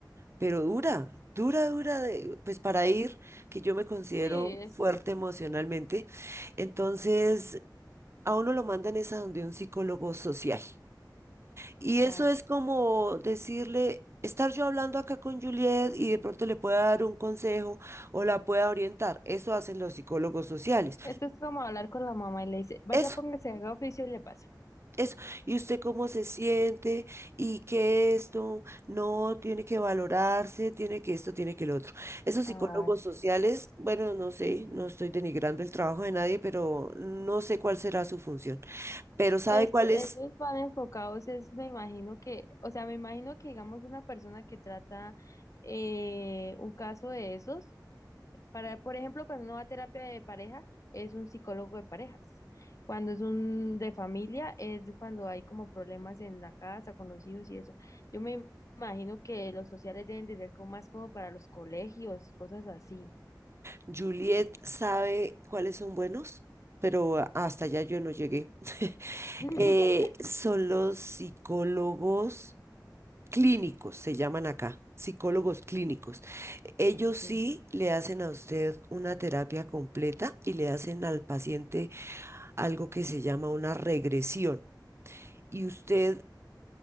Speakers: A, on the right; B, on the left.
A: pero dura, dura, dura, de- pues para ir, que yo me considero
B: Sí, eso
A: fuerte
B: es.
A: emocionalmente, entonces a uno lo mandan es a donde un psicólogo social. Y
B: ah,
A: eso es como decirle... Estar yo hablando acá con Juliet y de pronto le pueda dar un consejo o la pueda orientar. Eso hacen los psicólogos sociales.
B: esto es como hablar con la mamá y le dice, vaya,
A: Es
B: póngase, haga oficio y le pasa.
A: Eso, y usted cómo se siente y que esto no tiene que valorarse, tiene que esto, tiene que el otro. Esos psicólogos
B: Ah,
A: sociales, bueno, no sé, no estoy denigrando el trabajo de nadie, pero no sé cuál será su función. Pero sabe
B: Es,
A: cuáles,
B: ellos van enfocados, es, me imagino que, o sea, me imagino que digamos una persona que trata eh, un caso de esos, para, por ejemplo, cuando uno va a terapia de pareja, es un psicólogo de parejas. Cuando es un de familia, es cuando hay como problemas en la casa, con los hijos y eso. Yo me imagino que los sociales deben de ser como más como para los colegios y cosas así.
A: Juliet sabe cuáles son buenos, pero hasta allá yo no llegué. <laughs>
B: <laughs>
A: Eh, son los psicólogos clínicos, se llaman acá, psicólogos clínicos. Ellos
B: Sí,
A: sí le hacen a usted una terapia completa y le hacen al paciente algo que se llama una regresión. Y usted